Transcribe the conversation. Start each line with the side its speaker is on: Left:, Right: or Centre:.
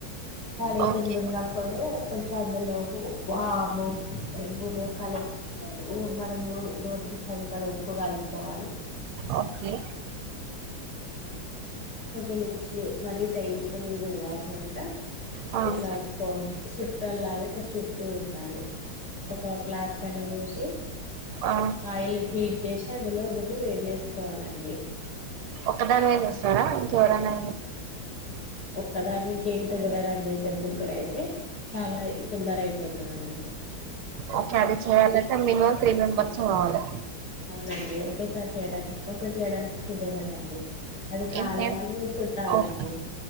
Left: తడి
Right: ఓకే
Left: పిండి ఉన్నప్పుడు కొంచెం అందులో వాము ఇందులో కల మనం నోటికి సరిపడ ఉప్పు కలుపుకోవాలి
Right: ఓకే
Left: కొంచెం లూస్ మరీ టైట్ గా లూజ్ గా కాకుండా
Right: ఓ
Left: ఎట్లా సుట్ట <unintelligible> తూ ఉండాలి ఒక క్లాత్ పైన పోసి
Right: ఆ
Left: ఆయిల్ హీట్ చేసి అందులో రెండు వేడ్ చేసుకోవాలండి
Right: ఒక్కదానివే చేస్తారా ఇంకెవరనా
Left: ఒక్కదానికి ఏం కుదరదండి ఇద్దరు ముగ్గుర అయితే చాలా తొందర అయిపోతదండి
Right: ఓకే అది చెయలంటే మినిమమ్ త్రీ మెంబర్స్ చాలే
Left: రండి ఒకేసారి చేయడానికి ఒకరు చేయడానికి కుదరదండి అది కాలువాలి
Right: ఏం ఏం
Left: చుట్టాలండి
Right: ఓకే